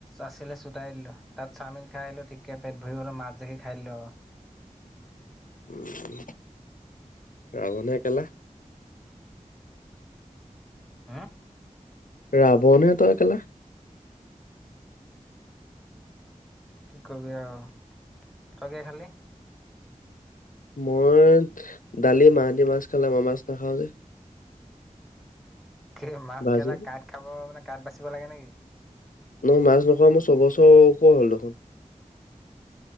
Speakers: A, in the centre; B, on the left (about 85°).
A: আছিলে চোটাই দিলোঁ, তাত চাওমিন খাই আহিলো ঠিকে পেট ভৰি গ'ল মাছ দেখি খাই দিলোঁ আৰু।
B: উম ৰাৱণহে কেলা।
A: হা?
B: ৰাবনহে তই কেলা।
A: কি কবি আও। তই গে খালি?
B: মই দালি, মাহতি মাছ খালে মই মাছ নাখাওঁ যে।
A: স মাছ
B: ভাজি
A: কেলা, কাঁইট খাব মানে কাঁইট বাচিব লাগে নেকি?
B: নহয় মাছ নোখোৱা মোৰ ছবছৰ ওপৰ হ'ল দেখোন।